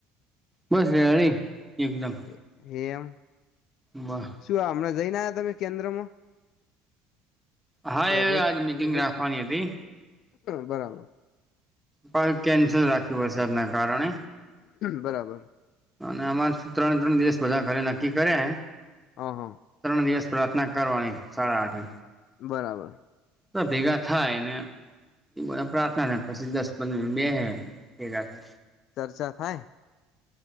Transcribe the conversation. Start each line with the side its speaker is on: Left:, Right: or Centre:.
Centre: બસ રેડી એકદમ.
Left: એ એમ.
Centre: વાહ.
Left: શું હમણાં જઈને આવ્યા તમે કેન્દ્ર માં.
Centre: હા એ
Left: રોજ
Centre: આજ મીટિંગ
Left: રોજ
Centre: રાખવાની હતી.
Left: બરાબર.
Centre: પણ કેન્સલ રાખ્યું વરસાદના કારણે.
Left: બરાબર.
Centre: અને અમારે શું ત્રણ ત્રણ દિવસ બધા ઘરે નક્કી કર્યા હે
Left: હા હા
Centre: ત્રણ દિવસ ના કરવાની સાડા આઠે
Left: બરાબર.
Centre: તો ભેગા થાય ને એને પ્રાર્થના પછી દસ પંદર બેહે રાખે
Left: ચર્ચા થાય.